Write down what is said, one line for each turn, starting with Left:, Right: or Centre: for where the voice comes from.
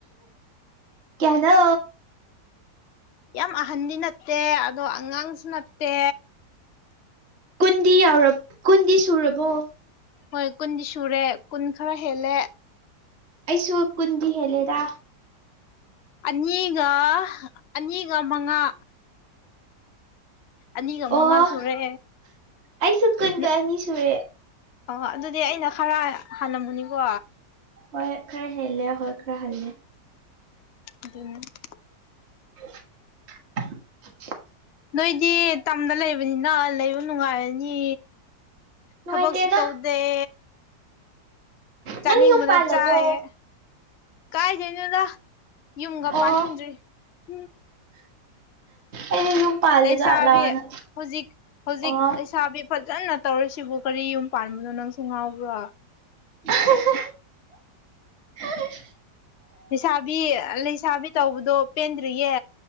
Right: ꯀꯌꯥꯅꯣ
Left: ꯌꯥꯝ ꯑꯍꯟꯗꯤ ꯅꯠꯇꯦ ꯑꯗꯣ ꯑꯉꯥꯡꯁꯨ ꯅꯠꯇꯦ
Right: ꯀꯨꯟꯗꯤ ꯌꯥꯎꯔꯞ ꯀꯨꯟꯗꯤ ꯁꯨꯔꯕꯣ
Left: ꯍꯣꯏ ꯀꯨꯟꯗꯤ ꯁꯨꯔꯦ ꯀꯨꯟ ꯈꯔ ꯍꯦꯜꯂꯦ
Right: ꯑꯩꯁꯨ ꯀꯨꯟꯗꯤ ꯍꯦꯜꯂꯦꯗ
Left: ꯑꯅꯤꯒ ꯑꯅꯤꯒ ꯃꯉꯥ ꯑꯅꯤꯒ
Right: ꯑꯣ
Left: ꯃꯉꯥ ꯁꯨꯔꯦ
Right: ꯑꯩꯁꯨ ꯀꯨꯟꯒ
Left: ꯅꯠ
Right: ꯑꯅꯤ ꯁꯨꯔꯦ
Left: ꯑꯣ ꯑꯗꯨꯗꯤ ꯑꯩꯅ ꯈꯔ ꯍꯥꯟꯂꯝꯃꯨꯅꯤꯒꯣ
Right: ꯍꯣꯏ ꯍꯦ ꯈꯔꯦ ꯍꯦꯜꯂꯦ ꯍꯣꯏ ꯈꯔ ꯍꯜꯂꯦ
Left: ꯑꯗꯨꯟ <inaudible>
Right: <inaudible>
Left: ꯅꯣꯏꯗꯤ ꯇꯝꯗ ꯂꯩꯕꯅꯤꯅ ꯂꯩꯕ ꯅꯨꯡꯉꯥꯏꯔꯅꯤ
Right: ꯅꯨꯡꯉꯥꯏꯇꯦꯗ
Left: ꯊꯕꯛꯁꯨ ꯇꯧ ꯑꯦ ꯆꯥꯅꯤꯡꯕꯅ
Right: ꯅꯪ ꯌꯨꯝ ꯄꯥꯜꯂꯕꯣ
Left: ꯆꯥꯏꯌꯦ ꯀꯥꯏꯗꯩꯅꯣꯗ ꯌꯨꯝꯒ
Right: ꯑꯣ
Left: ꯄꯥꯅꯤꯡꯗ꯭ꯔꯤ ꯍꯝ
Right: ꯑꯩꯗꯤ ꯌꯨꯝ ꯄꯥꯜꯂꯦ
Left: ꯂꯩꯁꯥꯕꯤ
Right: ꯖꯥꯠꯂꯥꯅ
Left: ꯍꯨꯖꯤꯛ ꯍꯧꯖꯤꯛ
Right: ꯑꯣ
Left: ꯂꯩꯁꯥꯕꯤ ꯐꯖꯅ ꯇꯧꯔꯤꯁꯤꯕꯨ ꯀꯔꯤ ꯌꯨꯝ ꯄꯥꯟꯕꯅꯣ ꯅꯪꯁꯦ ꯉꯥꯎꯕ꯭ꯔꯥ
Right: ꯑ ꯍ ꯍ ꯍ <inaudible>
Left: ꯂꯩꯁꯥꯕꯤ ꯂꯩꯁꯥꯕꯤ ꯇꯧꯕꯗꯣ ꯄꯦꯟꯗ꯭ꯔꯤꯌꯦ